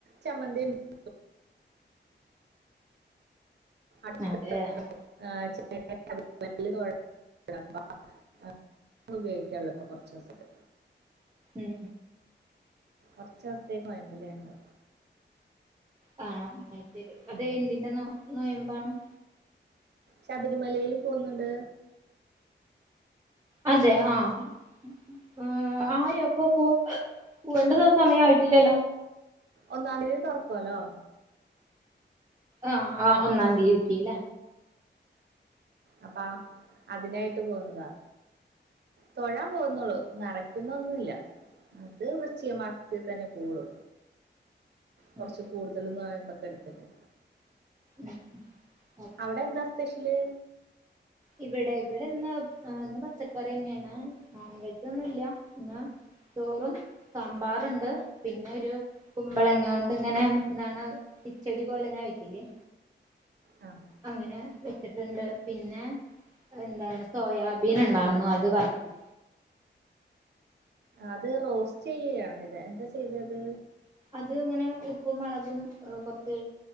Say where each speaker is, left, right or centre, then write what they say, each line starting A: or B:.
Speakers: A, on the right; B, on the right.
A: ചമ്മന്തി ഉ അടുത്ത
B: അതെ ആ
A: ആഴ്ച <unintelligible> ഉപയോഗിക്കുള്ള <unintelligible> ഇപ്പൊ കൊറ്ച്ചോ സൊക്കെ
B: ഉം
A: അഹ് ച്ചോസ്ത്തേക്ക് മഴണ്ട്ലേ ഇന്ന്
B: കാണാം അ <unintelligible> ത അതെ
A: ഉം.
B: എന്തിന്റെന്നൊ നോയമ്പ് പണം
A: ശബരിമലേല് പോഉന്ന്ണ്ട്
B: അതെ ആഹ് ഉം ആയോ അപ്പൊ പോ പോവേണ്ടത് സമയയിട്ടില്ലല്ലോ
A: ഒന്നാം തീയതി തുറക്കോലോ
B: ആഹ് ആഹ് ഒന്നാം തീയതി ഇല
A: അപ്പ അതിനായി പോകുന്നതാ തൊഴാൻ പൊന്നെ ഉള്ളു നിറയ്ക്കുന്നൊന്നുല്ല അത് വൃച്ഛികമാസത്തി തന്നെ പോളു
B: ഉം
A: കുറച്ച് കൂടുതലും <unintelligible> തൊക്കെ എടുത്തിട്ട്
B: ഉം ഓ-
A: അവിടെ എന്താ സ്പെഷ്യല്
B: ഇവിടെ ഇവിടെ ഇന്ന് ഇന്ന് പച്ചക്കറി തന്നെയാണ് നോൺ വെജ് ഒന്നും ഇല്ല പിന്ന ചോറും സാമ്പാറുണ്ട് പിന്നെ ഒരു കുമ്പളങ്ങ കൊണ്ട് ഇങ്ങനെ എന്താണ് ഇച്ചടി പോലെങ്ങനെ വെക്കില്ലേ
A: ആ
B: അങ്ങനെ വെച്ചിട്ടുണ്ട് പിന്നെ എന്താണ് സോയാബീൻ ഉണ്ടായിരുന്നു അത് വറു
A: അത് റോസ്റ്റ് ചെയ്യുകയാണ് ഇത എന്താ ചെയ്തത്
B: അത് ഇങ്ങനെ <unintelligible> ഉപ്പും മുളകും കുറച്ച്